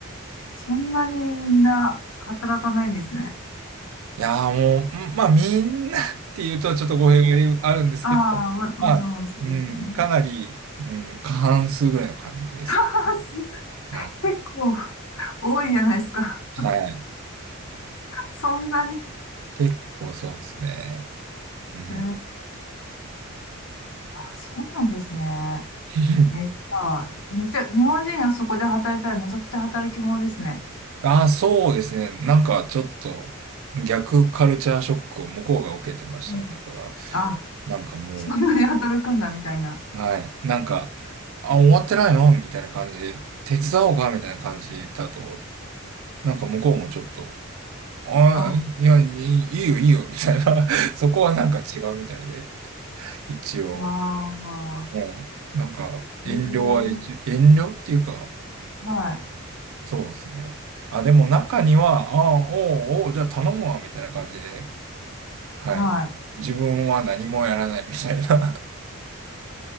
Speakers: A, on the left; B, on the right.
A: そんなにみんな働かないんですね。
B: いやーもう、うんまあみんなっていうとちょっと語弊があるんですけど、
A: ああ、も、
B: まあ、
A: もちろんそうですね。
B: うん、かなり、うん、過半数ぐらいの感じですかね。
A: <laughs> あーす
B: はい
A: 結構多いじゃないですか。
B: はい。
A: <laughs> そんなに。へ
B: 結構そうですね。うん。
A: え。あ、そうなんですね。
B: <laughs>
A: えー、じゃあめっちゃ、日本人がそこで働いたらめちゃくちゃ働き者ですね。
B: ああ、そうですね。なんかちょっと逆カルチャーショックを向こうが受けてましたね。
A: うん
B: だから、
A: あ
B: なんかも
A: そんなに働くんだみたいな。
B: う、はい。なんか、あ、終わってないのみたいな感じで、手伝おうかみたいな感じだと、なんか向こうもちょっと、ああ、
A: あ、
B: いや、いいいいよ、いいよ、みたいな。<laughs> そこはなんか違うみたいで、一応、
A: わあ、
B: もう、なんか、遠慮は一、
A: へえ、
B: 遠慮っていうか、
A: はい、
B: そうですね。あ、でも中には、ああ、おうおう、じゃあ頼むわ、みたいな感じで、はい。
A: はい。
B: 自分は何もやらないみたいな。